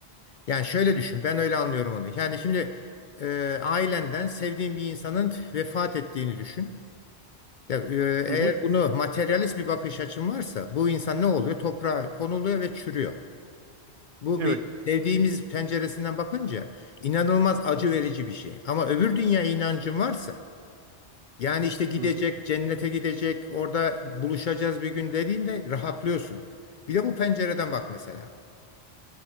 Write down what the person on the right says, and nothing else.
Hı
hı.
Evet.
Hı hı.